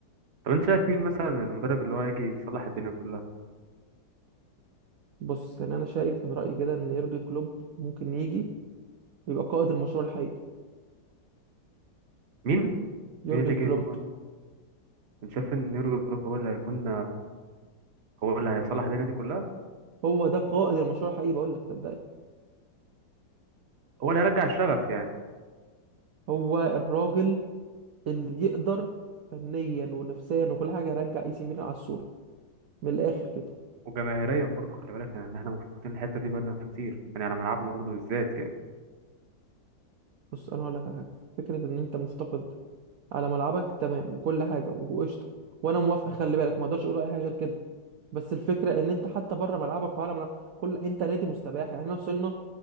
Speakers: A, on the right; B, on the right.
A: طب انت شايف مين مثلا المدرب اللي هو هيجي يصلح الدنيا كلها
B: بص يعني انا شايف من رايي كده ان يورجن كلوب ممكن يجي يبقى قائد المشروع الحقيقي
A: مين
B: يورجن
A: مين اللي يجي
B: كلوب
A: يكون انت شايف ان يورجن كلوب هو اللي هيكون هو اللي هيصلح الدنيا دي كلها
B: هو ده قائد المشروع الحقيقي بقول لك صدقني
A: هو اللي هيرجع الشغف يعني
B: هو الراجل اللي يقدر فنيا ونفسيا وكل حاجه يرجع اي سي ميلان على الصوره من الاخر كده
A: وجماهيريا برضه خلي بالك يعني ان احنا مفتقدين الحته دي بقالنا كتير يعني على ملعبنا برضه بالذات يعني
B: بص انا هقول لك على حاجه فكره ان انت مفتقد على ملعبك تمام وكل حاجه وقشطه وانا موافقه خلي بالك ما اقدرش اقول اي حاجه غير كده بس الفكره ان انت حتى بره ملعبك وعلى ملعب كل انت نادي مستباح يعني احنا وصلنا